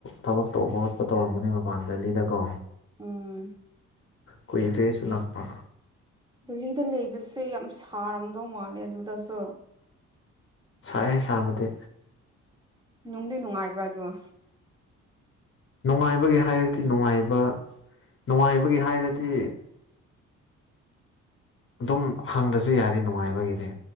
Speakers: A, on the left; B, on the right.
A: ꯊꯕꯛ ꯇꯧꯕ ꯈꯣꯠꯄ ꯇꯧꯔꯝꯕꯅꯦ ꯃꯄꯥꯟꯗ ꯂꯤꯗꯀꯣ
B: ꯎꯝ
A: ꯀꯨꯏꯗ꯭ꯔꯦꯁꯨ ꯂꯥꯛꯄ
B: ꯗꯦꯜꯂꯤꯗ ꯂꯩꯕꯁꯦ ꯌꯥꯝ ꯁꯥꯔꯝꯗꯧ ꯃꯥꯜꯂꯦ ꯑꯗꯨꯗꯁꯨ
A: ꯁꯥꯏ ꯁꯥꯕꯗꯤ
B: ꯅꯨꯡꯗꯤ ꯅꯨꯡꯉꯥꯏꯕ꯭ꯔꯥ ꯑꯗꯨꯒꯣ
A: ꯅꯨꯡꯉꯥꯏꯕꯒꯤ ꯍꯥꯏꯔꯗꯤ ꯅꯨꯡꯉꯥꯏꯕ ꯅꯨꯡꯉꯥꯏꯕꯒꯤ ꯍꯥꯏꯔꯗꯤ ꯑꯗꯨꯝ ꯍꯪꯗ꯭ꯔꯁꯨ ꯌꯥꯔꯤ ꯅꯨꯡꯉꯥꯏꯕꯒꯤꯗꯤ